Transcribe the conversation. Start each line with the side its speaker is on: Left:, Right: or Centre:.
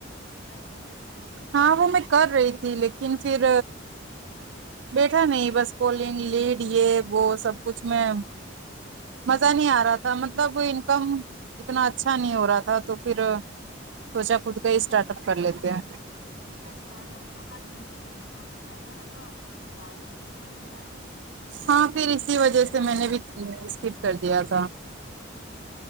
Left: سنیوں کی چھوڑی
Right: ہاں وہ میں کر رہی تھی لیکن پھر بیٹھا نہیں بس پولنگ لیڈ یہ وہ سب کچھ میں مزہ نہیں آ رہا تھا مطلب انکم اتنا اچھا نہیں ہو رہا تھا تو پھر سوچا خود کا ہی اسٹارٹ
Left: وہی
Right: اپ کر
Left: تو
Right: لیتے ہیں
Left: ہر سال ہر مہینے اپنے پاس سے پیسہ لگاؤ اس کے بعد وہ ہوتا ہے
Right: ہاں
Left: پتا
Right: پھر
Left: نہیں
Right: اسی
Left: ان لوگ
Right: وجہ
Left: کیسے
Right: سے
Left: ٹکے
Right: میں نے
Left: ہوئے
Right: بھی
Left: ہیں
Right: اسکپ کر دیا تھا